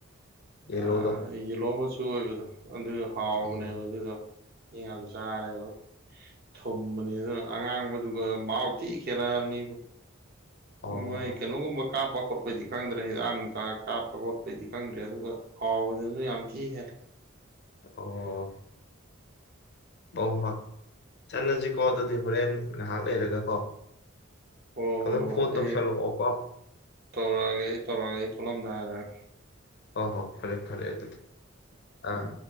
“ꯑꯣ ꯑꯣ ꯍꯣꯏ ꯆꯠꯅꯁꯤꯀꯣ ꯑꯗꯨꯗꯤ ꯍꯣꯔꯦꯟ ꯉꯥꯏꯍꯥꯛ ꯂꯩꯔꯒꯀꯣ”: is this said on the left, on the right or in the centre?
Left